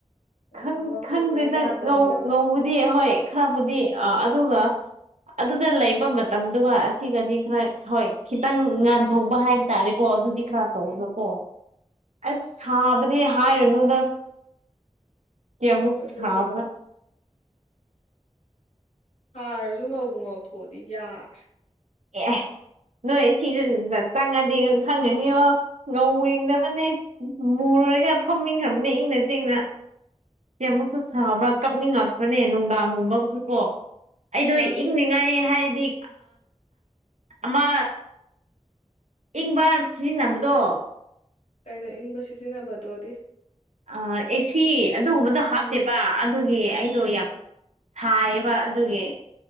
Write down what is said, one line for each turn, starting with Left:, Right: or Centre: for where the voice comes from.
Left: ꯎꯝ
Right: ꯪ
Left: ꯉꯧꯊꯣꯛꯄꯅꯦ
Right: ꯈꯪꯗꯦ ꯅꯪ
Left: ꯌꯥꯗꯕꯅꯦꯕ
Right: ꯉꯧꯕꯗꯤ ꯍꯣꯏ ꯈꯔꯕꯨꯗꯤ ꯑ ꯑꯗꯨꯒ ꯑꯗꯨꯗ ꯂꯩꯕ ꯃꯇꯝꯗꯨꯒ ꯑꯁꯤꯒꯗꯤ ꯈꯔ ꯍꯣꯏ ꯈꯤꯇꯪ ꯉꯥꯟꯊꯣꯛꯧꯕ ꯍꯥꯏꯕ ꯇꯥꯔꯦꯀꯣ ꯑꯗꯨꯗꯤ ꯈꯥ ꯇꯧꯕꯀꯣ
Left: ꯎꯝ
Right: ꯑꯁ ꯁꯥꯕꯗꯤ ꯍꯥꯏꯔꯨꯅꯨꯗꯪ ꯀꯌꯥꯃꯨꯛ
Left: ꯑꯗꯨꯅꯦ
Right: ꯁꯕꯅ
Left: ꯁꯥꯔꯁꯨ ꯉꯧꯕ ꯉꯧꯊꯣꯛꯑꯗꯤ ꯌꯥꯔꯦ
Right: ꯑꯦ ꯅꯣꯏ ꯁꯤꯅ ꯆꯪꯉꯗꯦ ꯈꯪꯉꯅꯤꯌꯣ ꯉꯧꯤꯅꯕꯅꯦ ꯃꯨꯔꯨꯔꯒ ꯐꯝꯃꯤꯈ꯭ꯔꯕꯅꯦ ꯏꯪꯅ ꯆꯤꯡꯅ ꯦ ꯑꯃꯨꯛꯁꯨ ꯁꯥꯕ꯭ꯔꯥ ꯀꯞꯅꯤꯡꯉꯛꯄ꯭ꯔꯅꯦ ꯅꯨꯡꯗꯥꯡꯒꯨꯝꯕꯒꯁꯨ ꯀꯣ ꯑꯩꯗꯣ
Left: ꯑ
Right: ꯏꯪꯅꯤꯡꯉꯥꯏ ꯍꯥꯏꯔꯗꯤ ꯑꯃ ꯏꯪꯕ ꯁꯤꯖꯤꯟꯅꯕꯗꯣ
Left: ꯀꯩꯅꯣ ꯏꯪꯕ ꯁꯤꯖꯤꯟꯅꯕꯗꯣꯗꯤ
Right: ꯑꯦꯁꯤ ꯑꯗꯨꯒꯨꯝꯕꯗꯣ ꯍꯥꯞꯇꯦꯕ
Left: ꯑ
Right: ꯑꯗꯨꯒꯤ ꯑꯩꯗꯣ
Left: ꯑꯣ
Right: ꯌꯥꯝ ꯁꯥꯏꯕ ꯑꯗꯨꯒꯤ